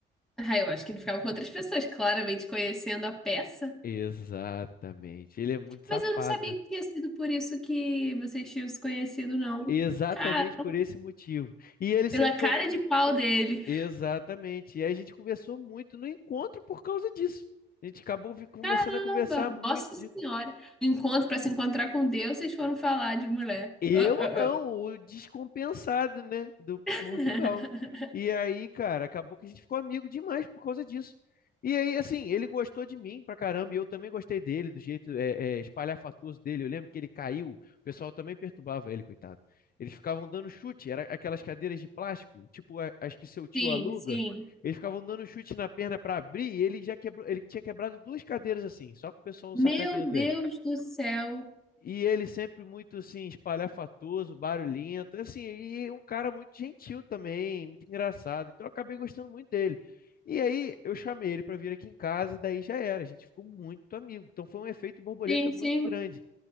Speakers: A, in the centre; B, on the left.
A: Ah, eu acho que ele ficava com outras pessoas, claramente conhecendo a peça.
B: Exatamente. Ele é muito
A: Mas
B: safado,
A: eu não sabia
B: né?
A: que tinha sido por isso que vocês tinham se conhecido, não.
B: Exatamente
A: Cara,
B: por esse motivo. E ele sempre
A: pela cara
B: foi. um
A: de pau dele.
B: Exatamente. E aí a gente conversou muito no encontro por causa disso. A gente acabou vi- começando
A: Caramba!
B: a conversar muito
A: Nossa Senhora! Um Encontro para se encontrar com Deus, vocês foram falar de mulher.
B: Eu
A: Ah, ah,
B: não,
A: ah.
B: o descompensado, né, do
A: <laughs>
B: Portugal. E aí, cara, acabou que a gente ficou amigo demais por causa disso. E aí, assim, ele gostou de mim pra caramba, e eu também gostei dele, do jeito é, é, espalhafatoso dele. Eu lembro que ele caiu, o pessoal também perturbava ele, coitado. Eles ficavam dando chute, era aquelas cadeiras de plástico, tipo a- as que seu tio
A: Sim,
B: aluga.
A: sim.
B: Eles ficavam dando chute na perna pra abrir, e ele já quebrou, ele tinha quebrado duas cadeiras assim, só que o pessoal
A: Meu
B: sacaneando
A: Deus
B: ele.
A: do céu.
B: E ele sempre muito assim, espalhafatoso, barulhento, assim, e um cara muito gentil também, muito engraçado. Então eu acabei gostando muito dele. E aí eu chamei ele para vir aqui em casa, daí já era, a gente ficou muito amigo. Então foi um efeito borboleta
A: Sim,
B: muito
A: sim,
B: grande,